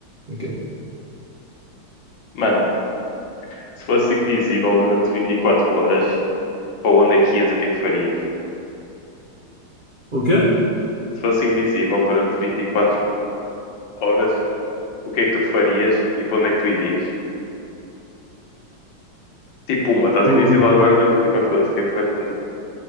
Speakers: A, on the right (about 50°); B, on the left (about 65°).
A: Como é que é?
B: Mano, se fosse invisível durante 24 horas, para onde é que ias? O que é que farias?
A: O quê?
B: Se fosse invisível durante 24 horas, o que é que tu farias e para onde é que tu irias? Tipo, pumba, estás
A: O...
B: invisível agora durante 24 horas, o que é que tu vais fazer?